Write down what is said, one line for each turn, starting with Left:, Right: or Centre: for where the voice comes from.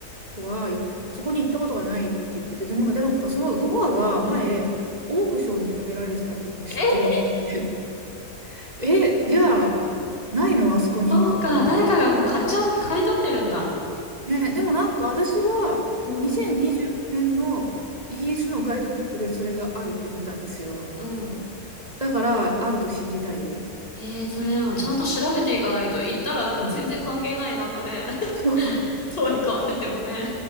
Right: 子はいそこに行ったことがないって言ってて、でもなんか、でもなんかそのドアが前、オークションにかけられてたっていうのを知ってると思って。
Left: え、
Right: <laughs> え、じゃあ、ないのあそこにと思って。
Left: そうか。誰かがもう買っちゃ、買い取ってるんだ。
Right: ね、でもなんか私は2025年のイギリスのガイドブックでそれがあるって見たんですよ。
Left: うん、うん。
Right: だからあると信じたい。
Left: ええそれでもちゃんと調べていかないと、行ったらなんか全然関係ないなんかね、<laughs>
Right: そう
Left: そうに変わっててもね。